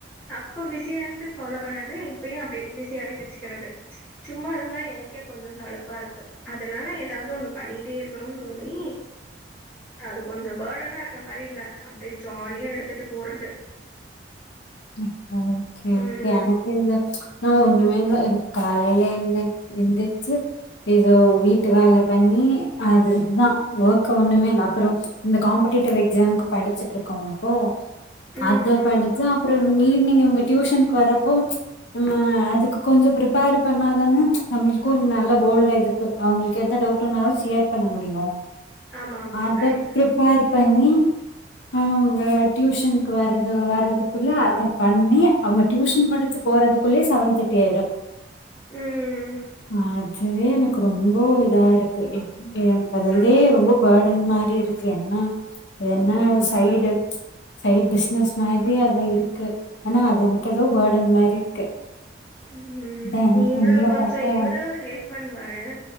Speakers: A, in the centre; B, on the left.
A: அப்ப பிஸியா இருந்து ஃபாலோ பண்ணது இப்ப அப்பே பிஸியாவே வச்சுக்கிறது சும்மா இருந்தா எனக்கே கொஞ்சோ சலுப்பா இருக்கு அதனால ஏதாவது ஒன் பண்ணிட்டே இருக்கணும்னு தோணி.., அது கொஞ்சோ பர்டன் ஹ இருக்க மாரி இல்ல அப்டியே ஜாலியா எடுத்துட்டு போறது..,
B: ம் எனக்கே
A: ம்
B: <unintelligible> எனகில்ல இப்போ ஒண்ணுமே இல்ல, காலையில எந் எந்திரச்சு ஏதோ வீட்டு வேலை பண்ணி அது, இதுதா.., ஒர்க்க ஒண்ணுமே இல்ல. அப்புறோ இந்த காம்படேட்டிவ் எக்ஸாம்க்கு படிச்சிட்டு இருக்கறப்போ
A: ம்
B: அத படிச்சா ஈவினிங் இவங்க டியூஷனுக்கு வரப்போ, நம்ம அதுக்கு கொஞ்சோ ப்ரிப்பேர் பண்ணாதானே நம்மளுக்கு நல்லா போல்டா இது அவங்களுக்கு எந்த டவுட்னாலும் ஷியர் பண்ண முடியு
A: ஆமா ஆமா
B: அதப்
A: கரெக்ட்
B: ப்ரிப்பேர்
A: தா
B: பண்ணி அவங்க வேற டியூஷனுக்கு வரது வரது குள்ள அத பண்ணி அவங்க டியூஷன் முடிஞ்சு போறதுக்குள்ளயே செவென் தெர்ட்டி ஆயிடு
A: ம்
B: ஆ இதுவே எனக்கு ரொம்போ இதா இருக்கு எனக்கு அத இதே
A: ஆமா
B: ரொம்ப பேடன் மா தி இருக்கு என்ன என்ன ஒரு சைடு சைட் பிஸ்னஸ் மாரி இருக்கு ஆனா அது எனக்கு ஏதோ பேடன் மாரி இருக்கு
A: ம் ம்
B: அதா எனக்கு
A: இங்களு
B: உங்கள
A: கொஞ்சொ
B: பாத்தா
A: இவரு ஹெல்ப் பண்ணுவாரு